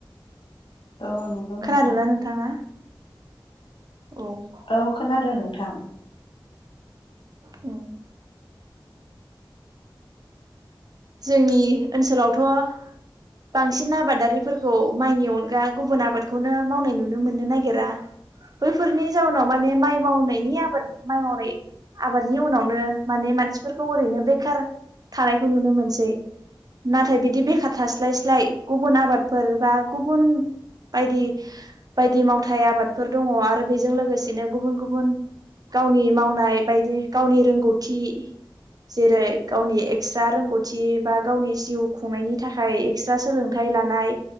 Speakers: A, on the left (about 70°); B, on the right (about 45°).
A: औ नंगौ नोंथां
B: खोनादोंना नोंथाङा औ
A: औ खोनादो नोंथां
B: अम जोंनि ओनसोलावथ' बांसिन आबादारिफोरखौ माइनि अनगा गुबुन आबादखौनो मावनाय नुनो मोननो नागिरा। बैफोरनि जाउनाव माने माइ मावनायनि आबाद माइ मावनाय आबादनि उनावनो माने मानसिफोरखौ ओरैनो बेखार थानायखौ नुनो मोन सै नाथाय बिदि बेखार थास्लायस्लाय गुबुन आबादफोर बा गुबुन बायदि बायदि मावथाय आबादफोर दङ आरो बेजों लोगोसेनो गुबुन गुबुन गावनि मावनाय बायदि गावनि रोंगौथि जेरै गावनि एक्सट्रा रोंगौ थि बा गावनि जिउ खुंनायनि थाखाय एक्सट्रा सोलोंथाइ लानाय